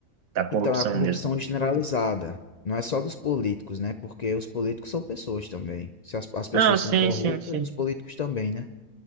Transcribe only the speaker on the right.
da corrupção
mesmo.
Não, sim,
sim, sim.